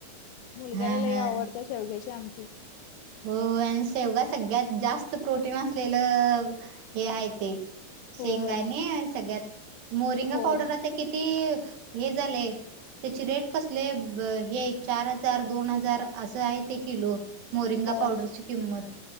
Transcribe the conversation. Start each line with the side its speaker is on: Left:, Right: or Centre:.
Left: मुलग्याला
Right: हा
Left: लय
Right: हा
Left: आवडत्या शेवग्याची आमटी
Right: हो आणि शेवगा सगळ्यात जास्त प्रोटीन असलेलं हे आहे ते
Left: होय
Right: शेंग हाय नय सगळ्यात मोरिंगा
Left: होय
Right: पावडर आता किती हे झालेय त्याची रेट कसली हाय हे चार हजार दोन हजार असं आहे ते किलो मोरिंगा
Left: होय
Right: पावडरची किंमत